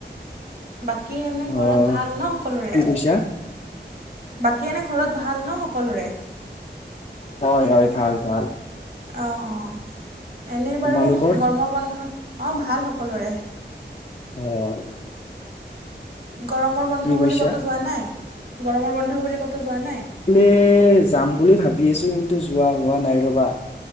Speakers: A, on the right (about 55°); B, on the left (about 35°).
A: বাকী এনে
B: অ',
A: ঘৰত ভাল ন সকলোৰে?
B: কি কৈছা?
A: বাকী এনে ঘৰত ভাল ন সকলোৰে?
B: হয়', হয়', ভাল ভাল।
A: অ', অ', এনেই
B: তোমালোকৰ?
A: বাৰু গৰমৰ বন্ধত অ', ভাল সকলোৰে।
B: অ',
A: গৰমৰ বন্ধ
B: কি
A: বুলি
B: কৈছা?
A: ক'তো যোৱা নাই? - গৰমৰ বন্ধ বুলি ক'তো যোৱা নাই?
B: এ যাম বুলি ভাবি আছো কিন্তু যোৱা হোৱা নাই ৰ'বা।